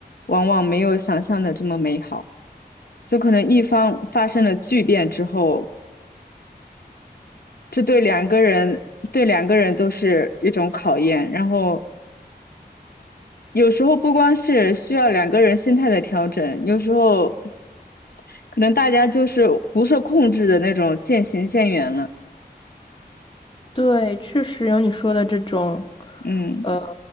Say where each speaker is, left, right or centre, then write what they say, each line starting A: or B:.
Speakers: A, on the left; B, on the left.
A: 往往没有想象的这么美好，就可能一方发生了巨变之后，这对两个人对两个人都是一种考验，然后有时候不光是需要两个人心态的调整，有时候可能大家就是不受控制的那种渐行渐远了。
B: 对，确实有你说的这种，
A: 嗯
B: 呃，